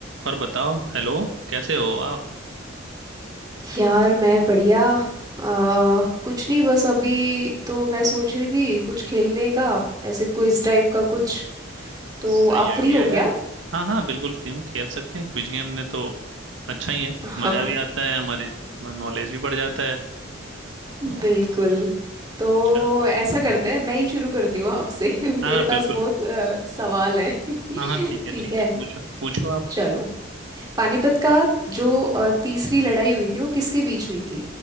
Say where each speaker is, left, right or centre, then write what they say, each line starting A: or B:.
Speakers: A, on the right (about 80°); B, on the right (about 20°).
A: और बताओ हेलो कैसे हो आप
B: यार मैं बढ़िया अ, कुछ नहीं बस अभी तो मैं सोच रही थी कुछ खेलने का ऐसे क्विज टाइप का कुछ तो
A: सही
B: आप
A: आइडिया
B: फ्री हो
A: यार
B: क्या
A: हाँ हाँ बिल्कुल फ्री हूँ खेल सकते हैं क्विज गेम में तो अच्छा ही है
B: <laughs>
A: मज़ा
B: हाँ
A: भी आता है हमारे नॉलेज भी बढ़ जाता है तो
B: बिल्कुल तो
A: अच्छा
B: ऐसा करते हैं मैं ही शुरू करती हूँ आपसे <laughs> मेरे
A: हाँ हाँ, बिल्कुल
B: पास बहुत अ, सवाल हैं <laughs>
A: हाँ हाँ ठीक है
B: ठीक
A: ठीक
B: है
A: है पूछो पूछो आप
B: चलो पानीपत का जो अ, तीसरी लड़ाई हुई थी वो किसके बीच हुई थी